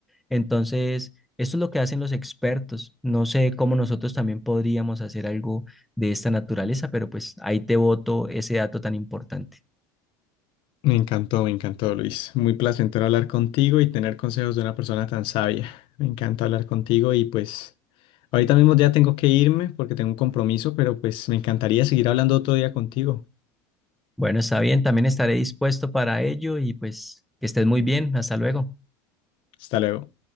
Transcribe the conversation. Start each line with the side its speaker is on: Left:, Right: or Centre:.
Centre: entonces, esto es lo que hacen los expertos. No sé cómo nosotros también podríamos hacer algo de esta naturaleza, pero pues ahí te boto ese dato tan importante.
Left: Me encantó, me encantó, Luis. Muy placentero hablar contigo y tener consejos de una persona tan sabia. Me encanta hablar contigo y pues ahorita mismo ya tengo que irme porque tengo un compromiso, pero pues me encantaría seguir hablando otro día contigo.
Centre: Bueno, está bien, también estaré dispuesto para ello y pues que estés muy bien. Hasta luego.
Left: Hasta luego.